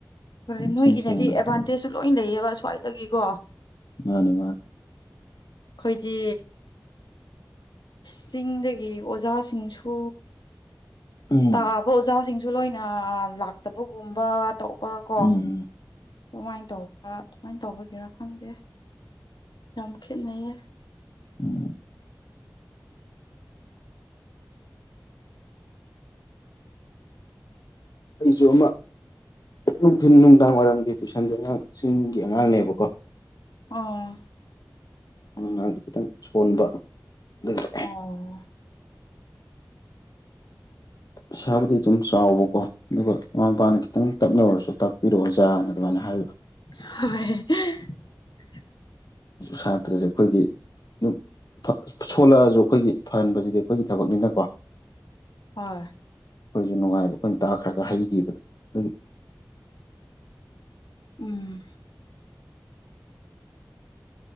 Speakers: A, on the left (about 80°); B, on the left (about 60°).
A: ꯍꯣꯏ ꯅꯣꯏꯒꯤꯅꯗꯤ
B: ꯏꯁꯦꯡ ꯁꯦꯡꯅ
A: ꯑꯦꯗꯚꯥꯟꯇꯦꯖꯁꯨ
B: ꯍꯥꯏ
A: ꯂꯣꯏ ꯂꯩꯌꯦꯕ ꯁ꯭ꯋꯥꯏꯗꯒꯤꯀꯣ
B: ꯃꯥꯅꯤ ꯃꯥꯅꯤ
A: ꯑꯈꯣꯏꯗꯤ ꯆꯤꯡꯗꯒꯤ ꯑꯣꯖꯥꯁꯤꯡꯁꯨ
B: ꯎꯝ
A: ꯇꯥꯕ ꯑꯣꯖꯥꯁꯤꯡꯁꯨ ꯂꯣꯏꯅ ꯂꯥꯛꯇꯕꯒꯨꯝꯕ ꯇꯧꯕ ꯀꯣ
B: ꯎꯝ
A: ꯑꯗꯨꯃꯥꯏꯟ ꯇꯧꯕ ꯑꯗꯨꯃꯥꯏꯟ ꯇꯧꯕꯒꯤꯔꯥ ꯈꯪꯗꯦ ꯌꯥꯝ ꯈꯦꯠꯅꯩꯌꯦ
B: ꯎꯝ ꯑꯩꯁꯨ ꯑꯃ ꯅꯨꯡꯊꯤꯟ ꯅꯨꯡꯗꯥꯡ ꯋꯥꯏꯔꯝꯒꯤ ꯇꯨꯏꯁꯟꯗꯨꯅ ꯆꯤꯡꯒꯤ ꯑꯉꯥꯡꯅꯦꯕꯀꯣ
A: ꯎꯝ
B: ꯗꯨ ꯑꯉꯥꯡꯗꯣ ꯈꯤꯇꯪ ꯁꯣꯟꯕ ꯑꯗꯒꯤ
A: ꯑꯣ <inaudible>
B: ꯄꯩꯥꯁꯥꯕꯨꯗꯤ ꯑꯗꯨꯝ ꯆꯥꯎꯕꯀꯣ ꯑꯗꯨꯒ ꯃꯃꯥ ꯃꯄꯥꯅ ꯈꯤꯇꯪꯗꯤ ꯇꯞꯅ ꯑꯣꯏꯔꯁꯨ ꯇꯥꯛꯄꯤꯔꯛꯑꯣ ꯑꯣꯖꯥꯅ ꯑꯗꯨꯃꯥꯏꯅ ꯍꯥꯏꯕ
A: <unintelligible>
B: ꯁꯥꯇ꯭ꯔꯁꯦ ꯑꯈꯣꯏꯗꯤ ꯗꯨꯝ ꯐ ꯁꯣꯜꯂꯛꯑꯁꯨ ꯑꯈꯣꯏꯒꯤ ꯐꯍꯟꯕꯖꯤꯗꯤ ꯑꯈꯣꯏꯒꯤ ꯊꯕꯛꯅꯤꯅꯀꯣ
A: ꯍꯣꯏ
B: ꯑꯈꯣꯏꯁꯨ ꯅꯨꯡꯉꯥꯏꯕ ꯑꯩꯈꯣꯏꯟ ꯇꯥꯛꯈ꯭ꯔꯒ ꯍꯩꯒꯤꯕꯗꯣ ꯗꯨꯒꯤ
A: ꯎꯝ